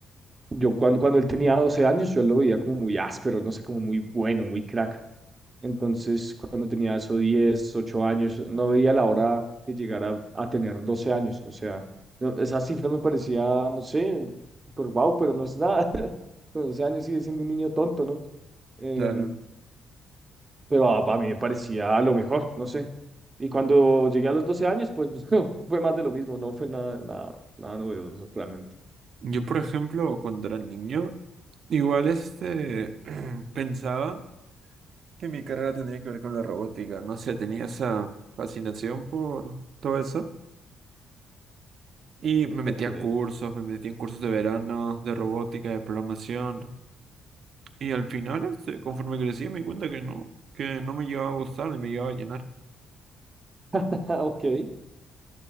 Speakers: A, on the right; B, on the right.
A: yo cuando, cuando él tenía 12 años, yo lo veía como muy áspero, no sé, como muy bueno, muy crack. Entonces, cuando tenía eso 10 8 años, no veía la hora que llegara a tener 12 años. O sea, no- esa cifra me parecía, no sé, por wow, pero no es nada. <laughs> Con 12 años sigue siendo un niño tonto, ¿no? Em,
B: Claro.
A: pero a, a mí me parecía lo mejor, no sé. Y cuando llegué a los 12 años, pues <laughs> fue más de lo mismo, no fue nada, nada, nada novedoso realmente.
B: Yo, por ejemplo, cuando era niño, igual este, <clears throat> pensaba que mi carrera tendría que ver con la robótica. No sé, tenía esa fascinación por todo eso. Y me metí
A: Ok,
B: a cursos, me metí en cursos de verano, de robótica, de programación. Y al final, este, conforme crecí, me di cuenta que no, que no me llegaba a gustar y me llegaba a llenar.
A: <laughs> ok.